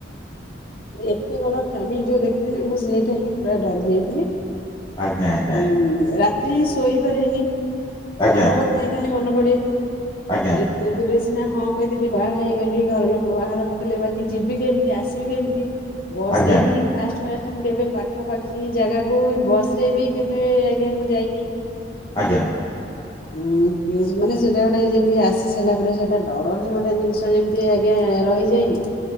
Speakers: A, on the left (about 50°); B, on the left (about 25°).
A: ଏତେ ବଡ ଫ୍ୟାମିଲ ଯୋଉ ଦେଖିଦେଲି ମୁଁ ସେଇଟା ହିଁ ପୁରା ଡରି ଯାଇଥିଲି।
B: ଆଜ୍ଞା ଆଜ୍ଞା ଆଜ୍ଞା
A: ଏମ୍ ରାତିରେ ହିଁ ଶୋଇପାରେନି
B: ଆଜ୍ଞା
A: ଘର କ କଥା ହିଁ ଖାଲି ମନେ ପଡେ
B: ଆଜ୍ଞା
A: ଏ ତେ ଦୂରେ ସିନା ହଁ କହିଦେଲି ବାହା ହେଇଗଲି ଘର ଲୋକ ବାହାର କହିଦେଲେ ବାକି ଯିବି କେମ୍ ସେ ଆସିବି କେମିତି ବସ
B: ଆଜ୍ଞା
A: ରେ ହିଁ ହିଁ। ଫାଷ୍ଟ ଫାଷ୍ଟ ମୁଁ କେବେ ପାଖାପାଖି ଜାଗାକୁ ବସ ରେ ବି କେବେ ଆଜ୍ଞା ମୁଁ ଯାଇନି।
B: ଆଜ୍ଞା।
A: ଉଁ ମାନେ ସେଇଟା ଗୋଟେ ଯେମିତି ଆସି ସାଇଲା ପରେ ସେଇଟା ଡର ହିଁ ଗୋଟେ ଜିନିଷ ଯେମି ତି ଆଜ୍ଞା ରହିଯାଏନି।